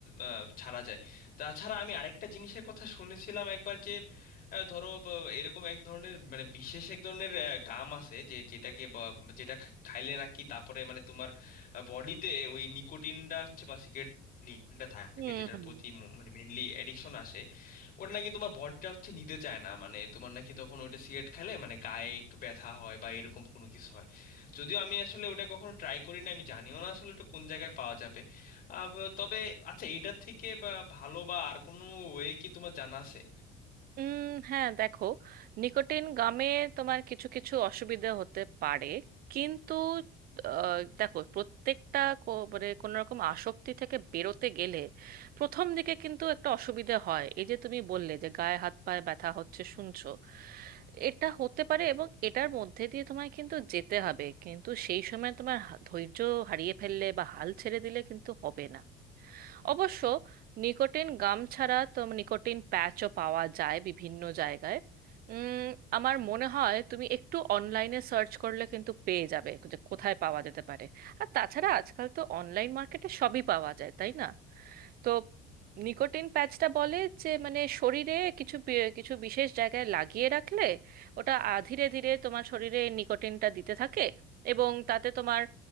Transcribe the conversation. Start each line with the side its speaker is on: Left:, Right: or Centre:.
Left: আহ, ছাড়া যায় তাছাড়া আমি আরেকটা জিনিসের কথা শুনেছিলাম একবার যে আহ, ধরো ব- এরকম এক ধরনের মানে বিশেষ এক ধরনের আহ, গাম আছে যে যেটাকে বা- যেটা খাইলে নাকি তারপরে মানে তোমার বডিতে ওই নিকোটিনটা হচ্ছে বা cigarette নিকোটিনটা থাকে
Right: হুম
Left: যেটার প্রতি ম- মানে মেনলি অ্যাডিকশন আসে ওটা নাকি তোমার বডিটা হচ্ছে নিতে চায় না মানে তোমার নাকি তখন ওটা সিগারেট খেলে মানে গায়ে একটু ব্যথা হয় বা এরকম কোনো কিছু হয় যদিও আমি আসলে ওটা কখনো ট্রাই করি না আমি জানিও না আসলে ওটা কোন জায়গায় পাওয়া যাবে আহ, তবে আচ্ছা এটার থেকে বা ভালো বা আর কোনো ওয়ে কি তোমার জানা আছে
Right: উম হ্যাঁ দেখো নিকোটিন গামে তোমার কিছু কিছু অসুবিধা হতে পারে কিন্তু আহ, দেখো প্রত্যেকটা কো- মানে কোনো রকম আসক্তি থেকে বেরোতে গেলে প্রথম দিকে কিন্তু একটা অসুবিধা হয় এই যে তুমি বললে যে গায়ে হাত পায়ে ব্যথা হচ্ছে শুনছো এটা হতে পারে এবং এটার মধ্যে দিয়ে তোমায় কিন্তু যেতে হবে কিন্তু সেই সময় তোমার হা- ধৈর্য হারিয়ে ফেললে বা হাল ছেড়ে দিলে কিন্তু হবে না অবশ্য নিকোটিন গাম ছাড়া তো নিকোটিন প্যাচও পাওয়া যায় বিভিন্ন জায়গায় উম, আমার মনে হয় তুমি একটু অনলাইনে সার্চ করলে কিন্তু পেয়ে যাবে যে কোথায় পাওয়া যেতে পারে আর তাছাড়া আজকাল তো অনলাইন মার্কেটে সবই পাওয়া যায় তাই না তো নিকোটিন প্যাচটা বলে যে মানে শরীরে কিছু বি- কিছু বিশেষ জায়গায় লাগিয়ে রাখলে ওটা আ- ধীরে ধীরে তোমার শরীরে এই নিকোটিনটা দিতে থাকে এবং তাতে তোমার